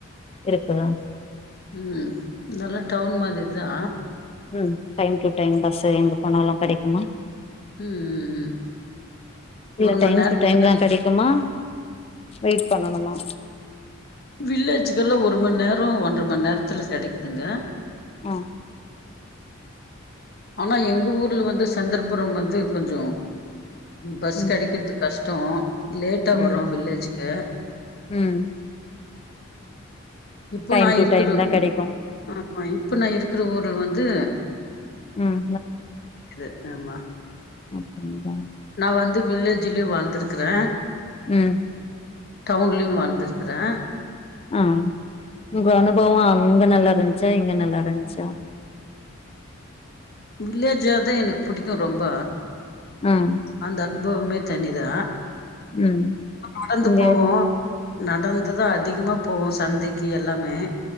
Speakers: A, on the left (about 30°); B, on the left (about 50°).
A: இருக்குதா
B: ம் நல்லா டவுண் மாதிரி தா
A: ம் டைம் டு டைம் பஸ் எங்க போனாலு கெடைக்குமா
B: ம் ம் ம்
A: இல்ல
B: ஒரு
A: டைம்
B: மண் நேரத்துக்கு
A: டு டைம்லா கெடை குமா வெயிட் பண்ணணுமா
B: வில்லேஜ்க்கு எல்லா ஒரு மணி நேரோ ஒன்றரை மணி நேரத்துல கிடைக்குதுங்க
A: ஆ
B: ஆனா எங்க ஊர்ல வந்து சந்தர்புரம் வந்து கொஞ்சோ பஸ்
A: ம்
B: கிடைக்கிறது கஷ் டம் லேட்டா
A: ம்
B: வரும் வில்லேஜ்க்கு
A: ம்
B: இப்போ
A: டைம்
B: நா
A: டு
B: இருக்கறது
A: டைம் தா
B: வந்து
A: கெடைக்கு
B: ஆமா இப்போ நா இருக்கற ஊர்ல வந்து
A: ம்
B: இது ஆமா
A: அப்டிங்ளா
B: நா வந்து வில்லேஜ்லையு வாழ்ந்திருக்கறே
A: ம்
B: டவுன்லையு வாழ்ந்திருக்கிறே
A: ஆ உங்க அனுபவோ அங்க நல்லா இருந்துச்சா இங்க நல்லா இருந்துச்சா
B: வில்லேஜ்ஜா தா எனக்கு புடிக்கு ரொம்ப
A: ம்
B: அந்த அன்பவமே தனிதா
A: ம்
B: நடந்து
A: இங்க
B: போவோ நடந்துதா அதிகமா போவோ சந்தைக்கி எல்லாமே